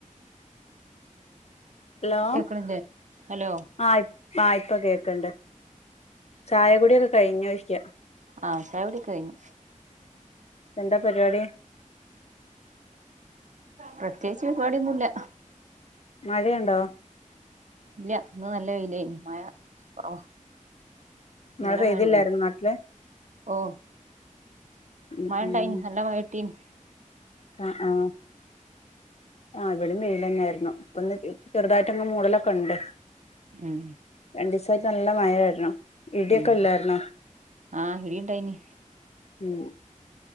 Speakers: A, on the left; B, on the right.
A: ഹലോ
B: കേക്ക്ണില്ലേ? ഹലോ
A: ആഹ് ഇ ആഹ് ഇപ്പൊ കേക്കണ്ട് ചായകുടിയൊക്കെ കഴിഞ്ഞോ യ്ക്കാ.
B: ആഹ് ചായ കുടിയൊക്കഴിഞ്ഞു
A: എന്താ പരിപാടി?
B: പ്രത്യേകിച്ച് പരിപാടിയൊന്നുല്ല.
A: മഴയുണ്ടോ?
B: ഇല്ല ന്ന് നല്ല വെയിലയനി മയ കൊറവാ. ന്നല
A: മഴ പെയ്തില്ലായിരുന്നോ
B: മഴണ്ടേയ്
A: നാട്ടില്
B: ഓഹ്
A: ഉം
B: മഴണ്ടായിനിം
A: ഉം
B: നല്ല മഴട്ടീന്.
A: ആഹ് ആഹ് ആഹ് ഇവടിം വെയിലെന്നായിര്ന്നു ഇപ്പൊന്ന് ചെറ്തായിട്ടങ്ങ് മൂടലൊക്കെണ്ട്.
B: ഉം
A: രണ്ടീസായിട്ട് നല്ല മഴായിര്ന്നു ഇട്യൊക്കെല്ലായിര്ന്നോ?
B: ഉം ആഹ് ഇടിണ്ടായിന്
A: ഉം